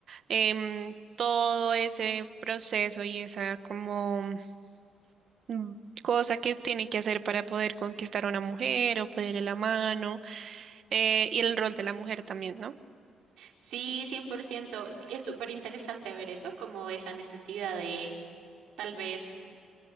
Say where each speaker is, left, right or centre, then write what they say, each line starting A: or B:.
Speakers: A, on the right; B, on the right.
A: em, todo ese proceso y esa como mm, cosa que tiene que hacer para poder conquistar a una mujer o pedirle la mano eh, y el rol de la mujer también, ¿no?
B: Sí, 100%. Sí, Es súper interesante ver eso, como esa necesidad de tal vez